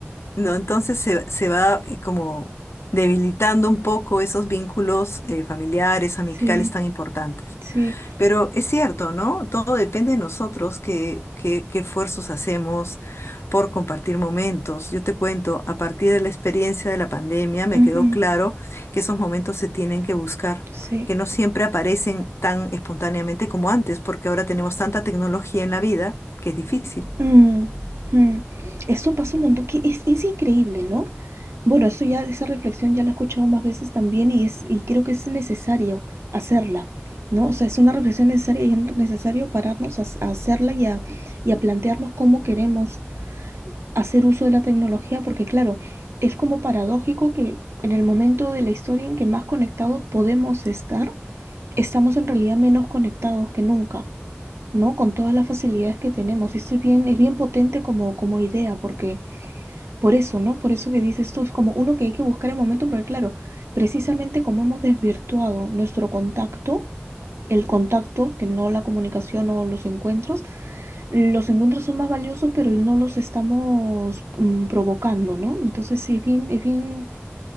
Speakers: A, on the left; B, on the right.
A: ¿no? Entonces se, se va eh, como debilitando un poco esos vínculos eh, familiares, amicales
B: sí,
A: tan importantes.
B: sí,
A: Pero es cierto, ¿no? Todo depende de nosotros, qué, qué, qué esfuerzos hacemos por compartir momentos. Yo te cuento, a partir de la experiencia de la pandemia me
B: ujú,
A: quedó claro que esos momentos se tienen que buscar,
B: sí,
A: que no siempre aparecen tan espontáneamente como antes, porque ahora tenemos tanta tecnología en la vida que es difícil.
B: mm, mm. Eso pasa un montón, que es, es increíble, ¿no? Bueno, eso ya, esa reflexión ya la he escuchado más veces también y es, y creo que es necesario hacerla, ¿no? O sea, es una reflexión necesaria y es necesario pararnos a, a hacerla y a, y a plantearnos cómo queremos hacer uso de la tecnología porque claro, es como paradójico que en el momento de la historia en que más conectados podemos estar, estamos en realidad menos conectados que nunca, ¿no? Con todas las facilidades que tenemos. Y esto es bien, es bien potente como, como idea porque por eso, ¿no? Por eso que dices esto es como uno que hay que buscar el momento porque claro, precisamente como hemos desvirtuado nuestro contacto, el contacto, que no la comunicación o los encuentros, los encuentros son más valiosos, pero no los estamos mm, provocando, ¿no? Entonces sí, es bien, es bien